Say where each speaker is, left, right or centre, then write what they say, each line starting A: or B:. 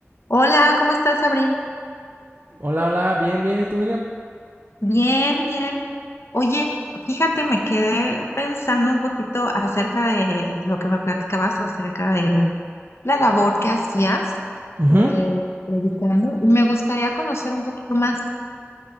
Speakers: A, on the left; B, on the right.
A: Hola, ¿cómo estás, Abrim?
B: Hola, hola, bien, bien. ¿Y tú, Miriam?
A: Bien, bien. Oye, fíjate, me quedé pensando un poquito acerca de lo que me platicabas acerca de la labor que hacías
B: Ujú.
A: eh, predicando y me gustaría conocer un poquito más.